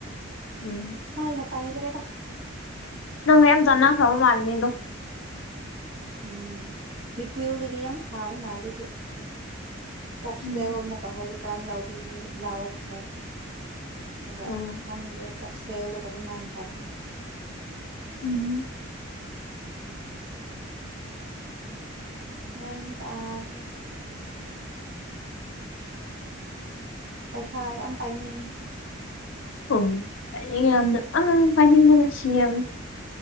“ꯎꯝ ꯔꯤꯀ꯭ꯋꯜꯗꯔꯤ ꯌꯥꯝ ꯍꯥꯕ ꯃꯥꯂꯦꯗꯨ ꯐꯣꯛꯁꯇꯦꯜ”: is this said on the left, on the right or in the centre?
Right